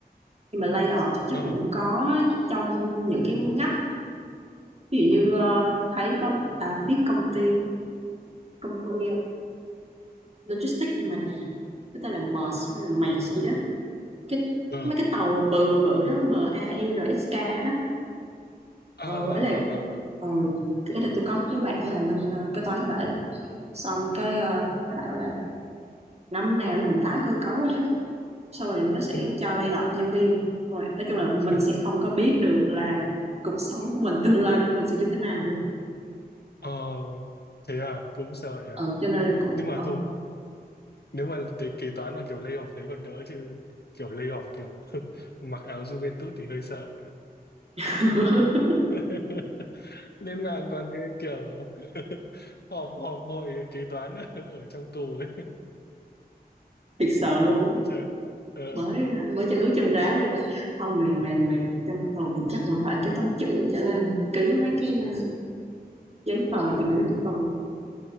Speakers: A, on the right; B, on the left.
A: nhưng mà lay off thì chắc
B: ờ
A: cũng có trong những cái ngách ví dụ như ờ, thấy có à, biết công ty công ty ờ, logistics mà cái tên là MERS hay là MERS gì đó cái
B: ờ
A: mấy cái tàu mà bự bự bự đó M A I R S K đó
B: ờ
A: ờ ấy là
B: ờ ờ ờ.
A: ừ ấy là tôi có cái đứa bạn làm bên ờ, kế toán các bạn xong cái ờ, nó bảo là năm nào nó cũng tái cơ cấu hết đó xong rồi nó sẽ
B: ôi
A: cho lay off nhân viên rồi nói chung là
B: <laughs>
A: mình sẽ không có biết được là cuộc sống của mình tương lai của mình sẽ như thế nào luôn
B: ờ thế à cũng sợ nhỉ
A: ừ cho nên là cũng
B: nhưng mà
A: ừ,
B: thôi nếu mà cái kế toán mà kiểu lay off thế còn đỡ chứ kiểu lay off kiểu <laughs> mặc áo Juventus thì hơi sợ
A: <laughs>
B: <laughs> lên mạng còn cái kiểu <laughs> họp họp hội kế toán <laughs> ở trong tù ấy
A: thiệt sợ luôn á.
B: <laughs> trời ờ
A: mới mới chân ướt chân ráo đi ra không mình mày mày trong tuần thì chắc là phải cái toán trưởng trở lên ký mấy cái uh, giấy tờ thì gửi cho tuần